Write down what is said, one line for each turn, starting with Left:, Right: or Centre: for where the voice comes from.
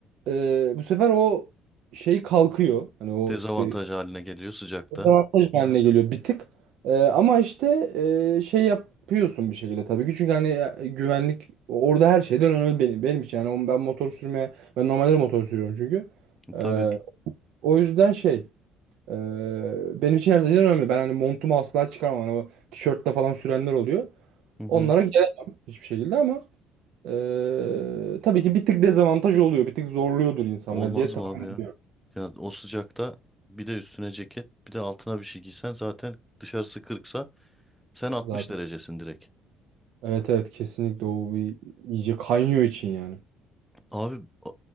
Right: e, bu sefer o şey kalkıyor. Hani o
Centre: Dezavantaj
Right: işte
Centre: haline geliyor sıcakta.
Right: Dezavantaj haline geliyor bir tık. Ee, ama işte e, şey yapıyorsun bir şekilde tabii ki. Çünkü hani e, güvenlik orada her şeyden önemli benim, benim için. Yani o- ben motor sürmeye, ben normalde de motor sürüyorum çünkü.
Centre: E, Tabii.
Right: Ee, o yüzden şey e, benim için her şeyden önemli. Ben hani montumu asla çıkarmam. Hani o tişörtle falan sürenler oluyor.
Centre: Hı hı.
Right: Onlara gelemem hiçbir şekilde ama e, tabii ki bir tık dezavantaj oluyor. Bir tık zorluyordur insanlar
Centre: Olmaz
Right: diye tahmin
Centre: mı abi ya? Ya o sıcakta bir de üstüne ceket, bir de altına bir şey giysen zaten dışarısı 40'sa sen 60
Right: zaten.
Centre: derecesin direkt.
Right: Evet evet kesinlikle o bir iyice kaynıyor için yani.
Centre: Abi a-